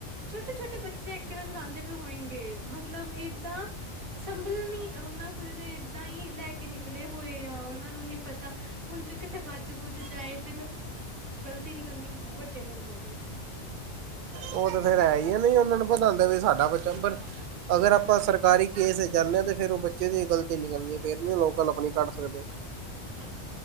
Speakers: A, on the right; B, on the right.
A: ਛੋਟੇ-ਛੋਟੇ ਬੱਚੇ ਐਕਟੀਵਾ ਚਲਾਉਂਦੇ ਪਏ ਹੋਏਂਗੇ, ਮਤਲਬ ਏਦਾਂ ਸੰਭਲਣੀ, ਉਹਨਾਂ ਕੁਝ ਤੇ ਏਦਾਂ ਹੀ ਲੈ ਕੇ ਨਿਕਲੇ ਹੋਏ ਆ, ਔਨਾਂ ਨੂੰ ਨੀ ਪਤਾ, ਹੁਣ ਜੇ ਕਿੱਥੇ ਵਾੱਜ ਵੂੱਜ ਜਾਏ, ਤੇ ਨੂੰ ਗਲਤੀ ਨਿਕਲਨੀ ਵੱਡੇ ਬੰਦੇ ਦੀ।
B: ਉਹ ਤੇ ਫੇਰ ਹੈ ਈ ਏ, ਨਈ ਉਹਨਾ ਨੂੰ ਪਤਾ ਹੁੰਦਾ ਵੀ, ਸਾਡਾ ਬੱਚਾ ਪਰ ਅਗਰ ਆਪਾਂ ਸਰਕਾਰੀ ਕੇਸ ਚ ਜਾਂਣੇ ਆ, ਤੇ ਫੇਰ ਉਹ ਬੱਚੇ ਦੀਓ ਗਲਤੀ ਨਿਕਲਣੀ ਏ, ਫੇਰ ਨਈ ਓ ਲੋਕਲ ਆਪਣੀ ਕੱਢ ਸਕਦੇ। <unintelligible>
A: ਹਾਂ